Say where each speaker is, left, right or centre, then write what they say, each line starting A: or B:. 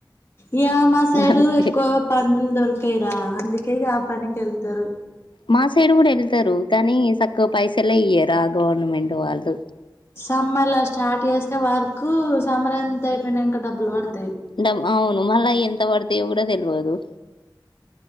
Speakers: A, on the left; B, on the left.
A: ఇక మా సైడు
B: అంతే
A: ఎక్కువ పనులు దొరకాయడా అందుకే ఆ పనినికి వెళ్తారు
B: మా సైడ్ కూడా వెళ్తారు కానీ సక్కువ పైసలే ఇయ్యరా గవర్నమెంట్ వాళ్ళు
A: సమ్మర్లా స్టార్ట్ చేస్తే వర్క్ కు సమరంత అయిపోయినా డబ్బు పడు
B: డామ్ అవును మళ్ళ ఎంత వడుతు దేవుడా తెలియదు